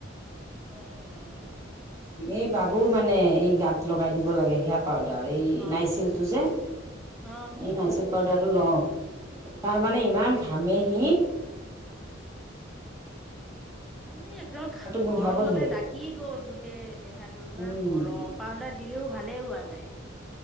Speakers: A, in the centre; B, on the right.
A: <unintelligible>
B: এই বাবুৰ মানে এই গাত লগাই দিব লাগে সেয়া পা- দাৰি
A: অ
B: নাইচিলটো যে,
A: অ
B: এই নাইচিল পাউদাৰটো লওঁ। তাৰমানে ইমান ঘামে হি।
A: এ একদম
B: গোন্ধাব
A: গৰমতে
B: ধৰে
A: ডাকি গ'ল গোটেই দেহাটো। ইমান
B: উম
A: গৰম। পাউদাৰ দিলেওঁ ভালে হোৱা নাই।